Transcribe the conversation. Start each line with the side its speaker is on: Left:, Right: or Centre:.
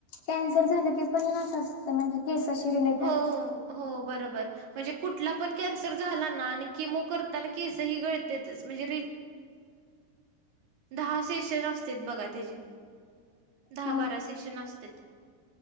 Left: कॅन्सर झालं की पण नाच असत केसशी रिलेटेड
Right: हो, हो बरोबर म्हणजे कुठला पण कॅन्सर झाला ना आणि किमो करताना केसही गळतच म्हणजे र दहा सेशन असते बघा तचेे दहा
Left: हा
Right: बारा सेशन असते